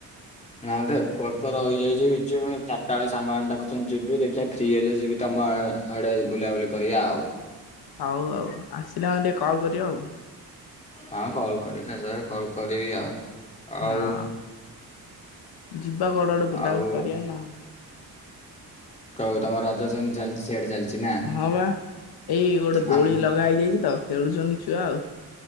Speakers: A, on the left; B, on the left.
A: ନା ଏପଟ ତ ରହିଯାଇଛି, ଯିବ ପୁଣି ଚାରିଟା ବେଳେ, ସାଙ୍ଗମାନେ ଡାକୁଛନ୍ତି ଯିବି, ଦେଖିବା ଫ୍ରି ହେଲେ ଯିବି ତମ ଆଡେ ବୁଲାବୁଲି କରିବା ଆଉ।
B: ହଉ ଆଉ, ଆସିଲେ ମାନେ ଟିକେ କଲ୍ କରିବ ଆଉ।
A: ହଁ କଲ କରିବି, କଲ କରିବି ଆଉ। ଆଉ
B: ହଁ, ଯିବା କୁଆଡ଼େ ଗୋଟେ ବୁଲାବୁଲି
A: ଆଉ
B: କରିବା ନା।
A: ତ ତମ ରଜ, ସେମତି ଚାଲିଛି, ସିଆଡେ ଚାଲିଛି ନା?
B: ହଁ ବା, ଏଇ ଗୋଟେ ଦୋଳି
A: ଆମ
B: ଲଗା ହେଇଯାଇଛି ତ, ଖେଳୁଛନ୍ତି ଛୁଆ ଆଉ।